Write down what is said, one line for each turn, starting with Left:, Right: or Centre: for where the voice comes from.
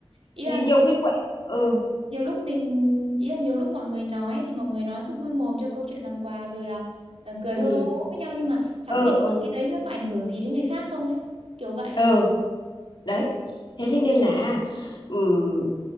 Right: ý
Left: nhi-
Right: là nhiều
Left: nhiều khi
Right: lúc,
Left: quậy ừ
Right: nhiều lúc mình ý là nhiều lúc mọi người nói thì mọi người nói cứ vui mồm cho câu chuyện làm quà rồi là ờ, cười
Left: ừ
Right: hô hô hô với nhau nhưng mà chẳng
Left: ừ
Right: biết
Left: ừ
Right: là cái đấy nó có ảnh hưởng gì đến người khác không ấy kiểu vậy
Left: ừ đấy thế thế nên là ừm,